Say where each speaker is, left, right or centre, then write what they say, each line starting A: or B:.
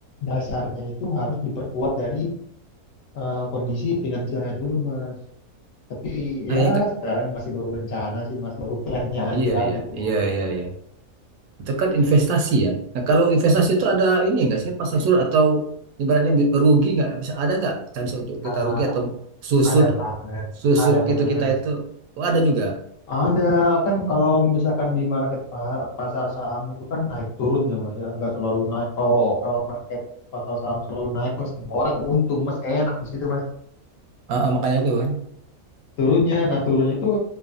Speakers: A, on the left (about 65°); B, on the right (about 75°).
A: dasarnya itu harus diperkuat dari eh, kondisi finansialnya dulu Mas. Tapi
B: Ah,
A: ya
B: ya, Kak.
A: sekarang masih baru rencana sih Mas, baru plannya aja
B: Iya, iya,
A: gitu.
B: iya, iya, iya. Itu kan investasi ya. Nah, kalau investasi itu ada ini nggak sih pasang surut atau ibaratnya rugi nggak? Bisa ada nggak chance untuk kita
A: Ah,
B: rugi atau susut
A: ada banget,
B: susut
A: ada
B: gitu
A: banget.
B: kita itu? Oh, ada juga.
A: Ada kan kalau misalkan di market pa- pasar saham itu kan naik turun ya mas ya nggak selalu naik kalau kalau market pasar saham selalu naik mas semua orang untung mas enak di situ mas
B: Ah, ah, makanya itu kan.
A: turunnya nah turunnya tuh